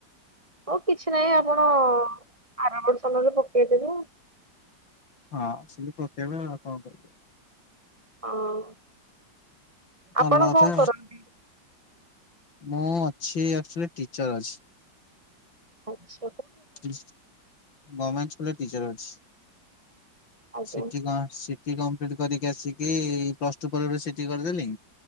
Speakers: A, on the right; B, on the left.
A: ହଉ କିଛି ନାହିଁ ଆପଣ-ଅ-ଅ ଆରବର୍ଷ ନହେଲେ ପକେଇ ଦେବେ ଆଉ।
B: ହଁ ସେମିତି ପକେଇବି ଆଉ କଣ କରିବା।
A: ହଁ
B: ଭଲ
A: ଆପଣ
B: କଥା
A: କଣ କରନ୍ତି?
B: ମୁଁ ଅଛି ଆକ୍ଚୁଆଲି ଟିଚର୍ ଅଛି।
A: ଆଚ୍ଛ୍
B: ହୁଁ ଗମେଣ୍ଟ ସ୍କୁଲରେ ଟିଚର୍ ଅଛି
A: ଆଜ୍ଞା
B: ସିଟି କମ୍ପ୍ ସି ଟି କମ୍ପ୍ଲିଟ କରିକି ଆସିକି-ଇ-ଇ ପ୍ଲସ ଟୁ ପରେ ସିଟି କରିଦେଲି।